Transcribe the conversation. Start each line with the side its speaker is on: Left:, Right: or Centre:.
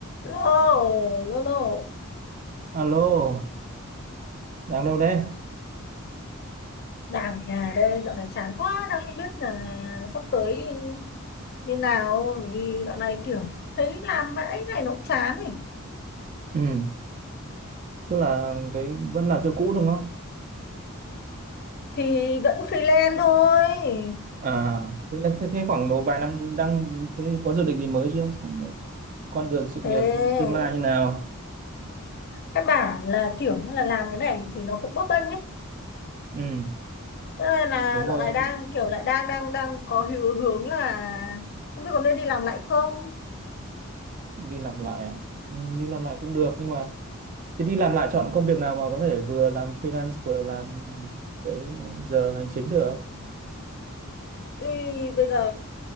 Left: lô lô lô
Right: Alo, đang đâu đấy?
Left: đang ở nhà đây dạo này chán quá đang không biết là sắp tới như nào bởi vì dạo này kiểu thấy làm mãi này nó cũng chán ấy
Right: Ừ, tức là cái vẫn làm cho cũ đúng không?
Left: thì vẫn freelance thôi
Right: À, thế là thế, thế khoảng độ vài năm đang thế có dự định gì mới chưa? Xem là con đường sự
Left: thế
Right: nghiệp tương lai như nào?
Left: các bạn là kiểu như là làm cái này thì nó cũng bấp bênh ấy
Right: Ừ,
Left: Thế nên là
Right: đúng
Left: dạo
Right: rồi,
Left: này đang kiểu lại đang đang đang có hiệu hướng là không biết có nên đi làm lại không
Right: đi làm lại à? Ừ, đi làm lại cũng được nhưng mà thế đi làm lại chọn công việc nào mà có thể vừa làm freelance vừa làm cái giờ hành chính được?
Left: Ý, bây giờ